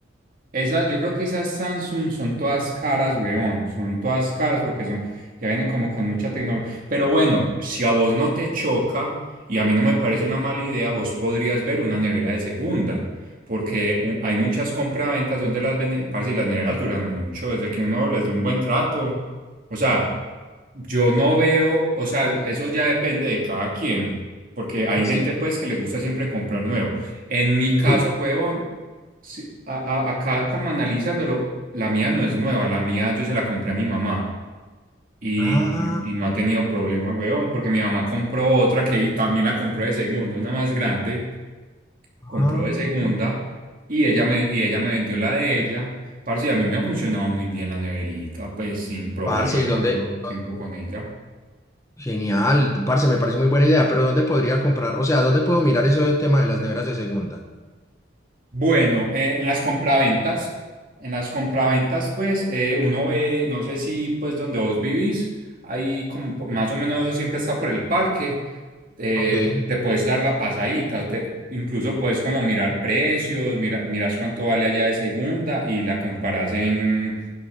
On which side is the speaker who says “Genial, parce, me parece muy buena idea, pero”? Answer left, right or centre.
Left